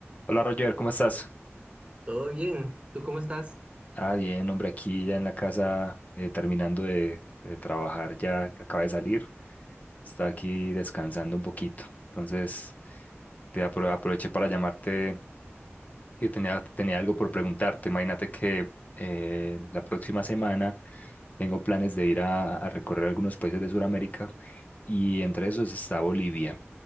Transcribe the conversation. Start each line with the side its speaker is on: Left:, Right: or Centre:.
Left: Hola Roger, ¿cómo estás?
Right: Todo bien. ¿Tú cómo estás?
Left: Ah, bien, hombre, aquí ya en la casa eh, terminando de, de trabajar, ya que acabé de salir, está aquí descansando un poquito. Entonces, te apro- aproveché para llamarte que tenía, tenía algo por preguntarte. Imagínate que eh, la próxima semana tengo planes de ir a, a recorrer algunos países de Sudamérica y entre esos está Bolivia.